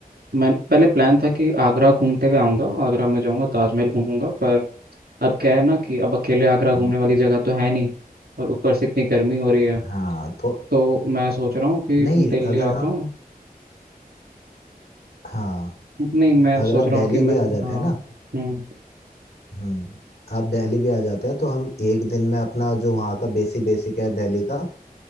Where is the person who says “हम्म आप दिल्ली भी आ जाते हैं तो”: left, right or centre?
Left